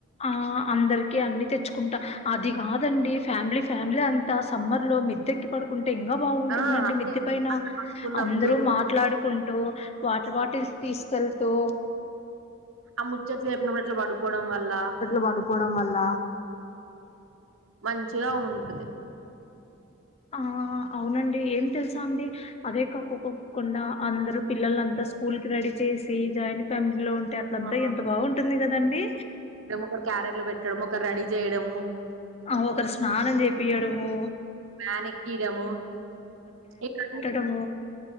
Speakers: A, on the left (about 30°); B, on the right (about 70°).
A: ఆ అందరికి అన్ని తెచ్చుకుంటా అది కాదండి ఫ్యామిలీ ఫ్యామిలీ అంతా సమ్మర్ లో మెద్ద ఎక్కి పడుకుంటే ఇంకా బాగుంటుంది
B: ఆ
A: అండి
B: అదే
A: మిద్దె పైన
B: అలా పడుకున్నప్పుడు
A: అందరు మాట్లాడుకుంటూ వాటర్ బాటిల్స్ తీసుకెళ్తూ
B: ఆ ముచ్చట్లు చెప్పి <unintelligible> పడుకోవడం వల్ల
A: ట్లు పడుకోవడం వల్ల
B: మంచిగా ఉంటది
A: ఆ అవునండి ఏం తెలుసా అండి అదే కాకోకోకుండా అందరు పిల్లల అంతా స్కూల్ కి రెడీ చేసి జాయింట్ ఫ్యామిలీ లో ఉంటారు అంతా
B: ఆ
A: ఎంత బాగుంటుంది కదండి
B: ఒకరు క్యారీలు లో పెట్టడం ఒకరు రెడీ చేయడము
A: ఆ ఒకరు స్నానం చెపియాడమూ
B: వ్యాన్ ఎక్కియడము ఏ కన్ని
A: డము